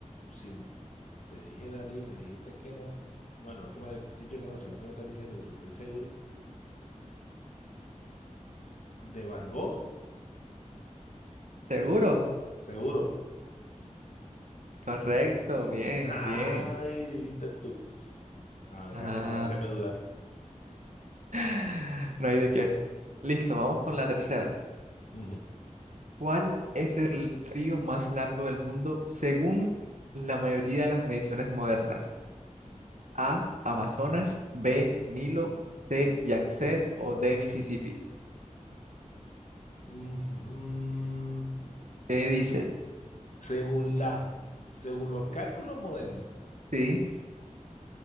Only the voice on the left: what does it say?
si te dije dale y me dijiste que no. Bueno, no que me has dicho que no, sino que me estás diciendo que si estoy seguro. ¿De Van Gogh?
Seguro, pues.
<laughs> Ay,
viste tú. Ah, gracias
por hacerme dudar.
Ujú.
Ujú.
Según la, según los cálculos modernos,